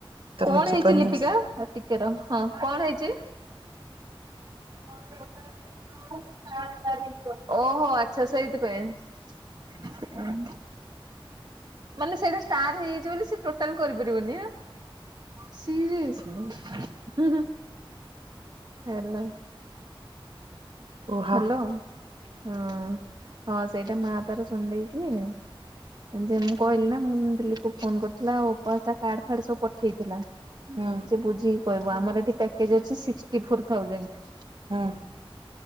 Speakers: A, on the right; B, on the right.
A: ତମେ
B: କଣ
A: ଯିବନି
B: ହେଇଛି ଲିପିକା ଟିକେ ର ହଁ କଣ ହେଇଛି? <unintelligible> ଓହୋ ଆଛା ସେଇଥି <unintelligible> ମାନେ ସେଇଟା ସାନ ହେଇଯାଇଛି ବୋଲି ସେ ଟୋଟାଲ କରିପାରିବନି ସିଲି ହୁଁ ହୁଁ ହେଲୋ-
A: କୁହ ହଁ
B: ହ୍ୟାଲୋ ହଁ ହଁ ସେଇଟା ମା ତାର ଶୁଣି ଦେଇକି ଯେ ମୁଁ କହିଲି ନା ମୁଁ ଦିଲ୍ଲୀକୁ ଫୋନ କରିଥିଲା ଆଉ କାର୍ଡ ଫାର୍ଡ ସବୁ ପଠେଇଥିଲା
A: ହୁଁ
B: ବୁଝିକି କହିବ ଆମର ଏଠି ପ୍ୟାକେଜ ଅଛି ସିକ୍ସଟି ଫର୍ ଥାଓଯେଣ୍ଡ -
A: ହୁଁ